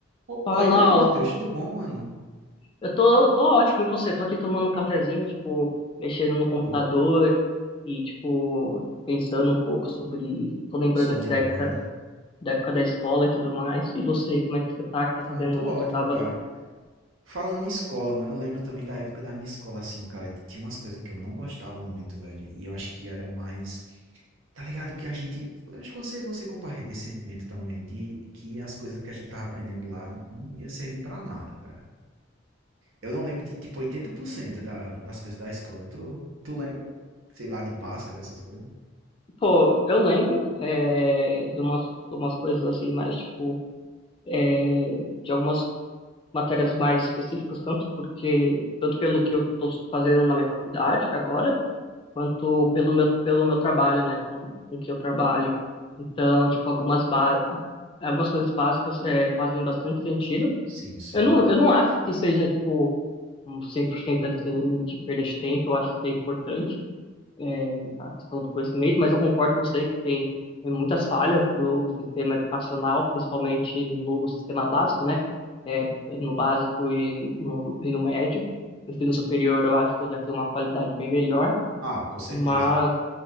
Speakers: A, on the right; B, on the left.
A: Opa,
B: Fala, Lau.
A: e aí, Matheus, tudo bom, mano?
B: eu tô, tô ótimo, e você? Tô aqui tomando um cafezinho, tipo, mexendo no computador
A: Tô
B: e, tipo, pensando um pouco sobre... Tô lembrando
A: só
B: aqui
A: de
B: da
A: boa,
B: época,
A: né?
B: da época da escola e tudo mais. E você, como é que você tá, que tá fazendo
A: Ah, tô ótimo,
B: nesse sábado?
A: cara. Falando em escola, mano, eu lembro também da época da minha escola, assim, cara, t- tinha umas coisas que eu não gostava muito, velho, e eu acho que era mais, tá ligado, que a gente, eu acho que você, você compartilha esse sentimento também, de que as coisas que a gente tava aprendendo lá não ia servir pra nada, cara. Eu não lembro de, tipo, 80% da, das coisas da escola, tu, tu lembra? Sei lá, de Bhaskara, essas coisas.
B: Pô, eu lembro é, de umas, de umas coisas assim, mais, tipo, é, de algumas matérias mais específicas, tanto porque, tanto pelo que eu tô fazendo na minha faculdade agora, quanto pelo meu, pelo meu trabalho, né, com, com que eu trabalho. Então, tipo, algumas, ba algumas coisas básicas é, fazem bastante sentido.
A: Sim, sim.
B: Eu não, eu não acho que seja, tipo, um 100% assim, de perda de tempo, eu acho que é importante é, a questão do conhecimento, mas eu concordo com você que tem é, muitas falhas do sistema educacional, principalmente no sistema básico, né? É, no básico e no, e no médio. No ensino superior, eu acho que já tem uma qualidade bem melhor,
A: Ah, com certeza.
B: mas